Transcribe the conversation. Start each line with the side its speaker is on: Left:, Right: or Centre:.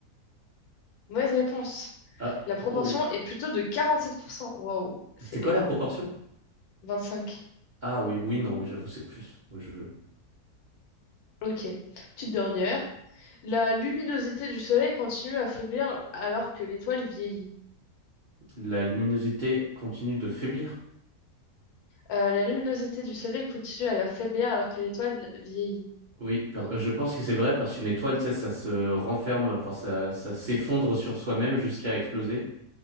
Left: Mauvaise réponse.
Right: Ah,
Left: La proportion
Right: oh.
Left: est plutôt de 47%. Waouh, c'est
Right: C'était quoi
Left: énorme.
Right: la proportion?
Left: hein. 25.
Right: Ah oui, oui, non, oui, j'avoue, c'est plus. Oui, je- je-
Left: Ok. Petite dernière. La luminosité du soleil continue à faiblir alors que l'étoile vieillit.
Right: La luminosité continue de faiblir.
Left: Euh, la luminosité du soleil continue à faiblir alors que l'étoile vieillit.
Right: Oui, par- je pense que c'est vrai parce qu'une étoile, tu sais, ça se renferme, enfin, ça, ça s'effondre sur soi-même jusqu'à exploser.